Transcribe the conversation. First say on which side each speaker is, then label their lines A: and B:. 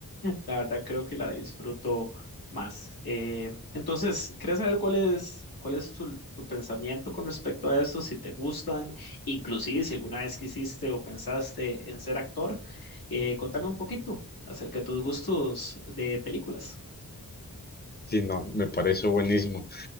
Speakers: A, on the left; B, on the left.
A: la verdad creo que la disfruto más. Eh, entonces, ¿quieres saber cuál es, cuál es tu, tu pensamiento con respecto a eso? Si te gustan, inclusive si alguna vez quisiste o pensaste en ser actor, eh, contame un poquito acerca de tus gustos de películas.
B: Sí, no, me parece buenísimo.